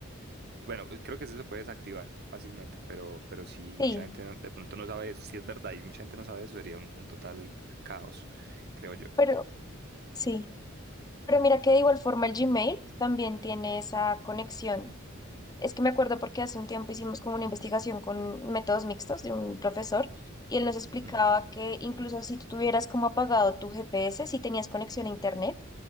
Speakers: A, on the right; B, on the left.
A: bueno, creo que eso se puede desactivar fácilmente, pero, pero si mucha
B: Sí,
A: gente no- de pronto no sabe eso, si es verdad y mucha gente no sabe eso, sería un un total caos, creo yo.
B: pero sí. Pero mira que de igual forma el Gmail también tiene esa conexión. Es que me acuerdo porque hace un tiempo hicimos como una investigación con métodos mixtos de un profesor y él nos explicaba
A: Mm,
B: que incluso si tú tuvieras como apagado tu GPS, si tenías conexión a internet,